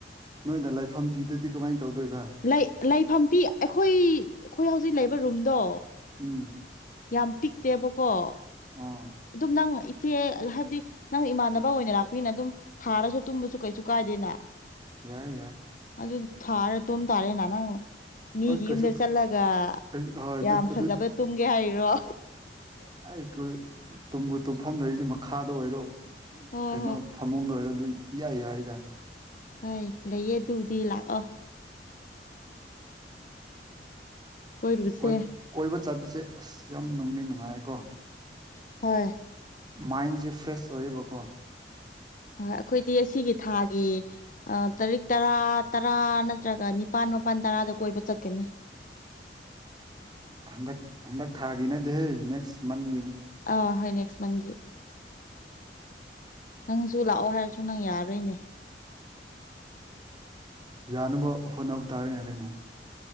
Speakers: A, on the right; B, on the left.
A: ꯅꯣꯏꯅ ꯂꯥꯏꯐꯝ ꯄꯤꯗꯗꯤ ꯀꯃꯥꯏꯅ ꯇꯧꯗꯣꯏꯕ
B: ꯂꯩ ꯂꯩꯐꯝ ꯄ ꯑꯩꯈꯣꯏ ꯑꯩꯈꯣꯏ ꯍꯧꯖꯤꯛ ꯂꯩꯕ ꯔꯨꯝꯗꯣ
A: ꯎꯝ
B: ꯌꯥꯝ ꯄꯤꯛꯇꯦꯕꯀꯣ
A: ꯑꯥ
B: ꯑꯗꯨꯝ ꯅꯪ ꯏꯆꯦ ꯍꯥꯏꯕꯗꯤ ꯅꯪ ꯏꯃꯥꯟꯅꯕ ꯑꯣꯏꯅ ꯂꯥꯛꯄꯅꯤꯅ ꯑꯗꯨꯝ ꯊꯥꯔꯁꯨ ꯇꯨꯝꯕꯁꯨ ꯀꯩꯁꯨ ꯀꯥꯏꯗꯦꯅ
A: ꯌꯥꯏ ꯌꯥꯏ
B: ꯑꯗꯨ ꯊꯥꯔ ꯇꯣꯝ ꯇꯥꯔꯦꯅ ꯅꯪ ꯃꯤꯒꯤ
A: ꯍꯣꯏ ꯀꯩꯁꯨ
B: ꯌꯨꯝꯗ ꯆꯠꯂꯒ
A: ꯍꯣꯏ ꯑꯗꯨ
B: ꯌꯥꯝ ꯐꯖꯕ
A: ꯑꯗꯨꯗꯤ
B: ꯇꯨꯝꯒꯦ ꯍꯥꯏꯔꯣ
A: ꯀ ꯇꯨꯝꯕ ꯇꯨꯝꯐꯝ ꯂꯩꯔꯤꯗꯤ ꯃꯈꯥꯗ ꯑꯣꯏꯔꯣ
B: ꯍꯣꯏ
A: ꯀꯩꯅꯣ
B: ꯍꯣꯏ
A: ꯊꯃꯨꯡꯗ ꯑꯣꯏꯔꯣ ꯑꯗꯨ ꯌꯥꯏ ꯌꯥꯏꯗ
B: ꯍꯣꯏ ꯂꯩꯌꯦ ꯑꯗꯨꯕꯨꯗꯤ ꯂꯥꯛꯑꯣ ꯀꯣꯏꯔꯨꯁꯦ
A: ꯣꯏ ꯀꯣꯏꯕ ꯆꯠꯄꯁꯦ ꯑꯁ ꯌꯥꯝ ꯅꯨꯡꯅ ꯅꯨꯡꯉꯥꯏꯀꯣ
B: ꯍꯣꯏ
A: ꯃꯥꯏꯟꯁꯦ ꯐ꯭ꯔꯦꯁ ꯑꯣꯏꯌꯦꯕꯀꯣ
B: ꯍꯣꯏ ꯑꯩꯈꯣꯏꯗꯤ ꯑꯁꯤꯒꯤ ꯊꯥꯒꯤ ꯇꯔꯤꯛ ꯇꯔꯥ ꯇꯔꯥ ꯅꯠꯇ꯭ꯔꯒ ꯅꯤꯄꯥꯥꯟ ꯃꯄꯜ ꯇꯔꯥꯗ ꯀꯣꯏꯕ ꯆꯠꯀꯅꯤ
A: ꯍꯟꯗꯛ ꯍꯟꯗꯛ ꯊꯥꯒꯤ ꯅꯠꯇꯦ ꯅꯦꯛꯁ ꯃꯟꯒꯤꯅꯤ
B: ꯑ ꯍꯣꯏ ꯅꯦꯛꯁ ꯃꯟꯒꯤ ꯅꯪꯁꯨ ꯂꯥꯛꯑꯣ ꯍꯥꯏꯔꯁꯨ ꯅꯪ ꯌꯥꯔꯔꯣꯏꯅꯦ
A: ꯌꯥꯅꯕ ꯍꯣꯠꯅꯕ ꯇꯥꯔꯦꯅꯦ ꯀꯩꯅꯣ